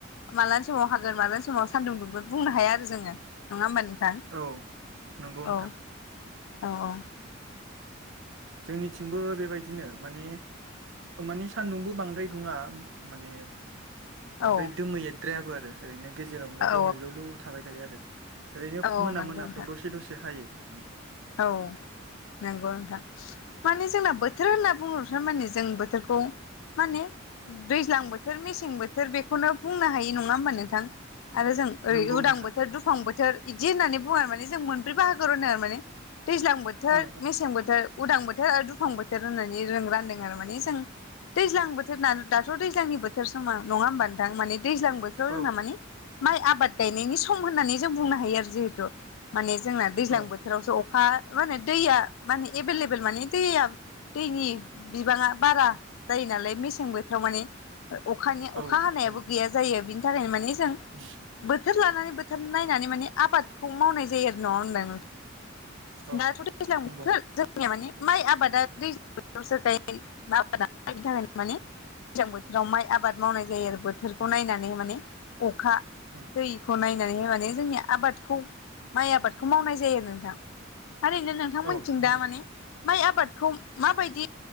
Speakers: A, on the left; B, on the right.
A: माला समाव हागोन मालानि समाव सानदुं दुंगोन बुंनो हाया आरो जोङो। नङा होमबा नोंथां
B: औ नंगौ नोंथां
A: औ औ औ
B: जोंनिथिंबो बेबायदिनो माने माने सान्दुंबो बांद्राय दुङा माने बांद्राय
A: औ
B: दोमैद्रायाबो आरो ओरैनो गेजेरावनो
A: औ
B: दोमैलुलु थाबाय थायो आरो। ओरैनो
A: औ
B: मोना
A: नंगौ
B: मोनाफ्राव
A: नोंथां
B: दसे दसे हायो।
A: औ नंगौ नोंथां माने जोंना बोथोर होनना बुङो थारमाने जों बोथोरखौ माने दैज्लां बोथोर मेसें बोथोर बेखौनो बुंनो हायो नङा होमबा नोंथां। आरो जों ओरै
B: नंगौ
A: उदां
B: नोंथां
A: बोथोर दुफां बोथोर इदि होननानै बुङो आरो माने जों मोनब्रै बाहागोआव रानो आरो माने दैज्लां बोथोर
B: ओ
A: मेसें बोथोर उदां बोथोर आरो दुफां बोथोर होननानै जों रानदों आरो माने जों दैज्लां बोथोर न दाथ' दैज्लांनि बोथोर समाव नङा होमबा नोंथां माने दैज्लां बो थोर
B: ओ
A: जोंना माने माइ आबाद गायनायनि सम होननानै जों बुंनो हायो आरो जिहेतु माने जोंना दैज्लां
B: औ
A: बोथोरावसो अखा माने दैया माने एभेलेबेल माने दैया दैनि बिबाङा बारा जायो नालाय मेसें बोथोराव माने अखानि
B: औ
A: अखा
B: उम
A: हानायाबो गैया जायो बिनि थाखायनो मानि जों
B: <unintelligible>
A: बोथोर लानानै बोथोर नायनानै माने आबादखौ मावनाय जायो आरो नङा <unintelligible>
B: औ
A: दाथ' दैज्लां
B: नंगौ
A: बोथोर जोंनिया माने माइ आबादा दैज्लां बोथोरावसो गायो आबादा बिनि थाखायनो माने दैजां बोथोराव माइ आबाद मावनाय जायो आरो बोथोरखौ नायनानै माने अखा
B: ओ
A: दैखौ नायनानै माने जोंनि आबादखौ माइ आबादखौ मावनाय जायो आरो नोंथां। ओरैनो नोंथांमोनथिं
B: औ नंगौ
A: दा माने माइ आबादखौ माबायदि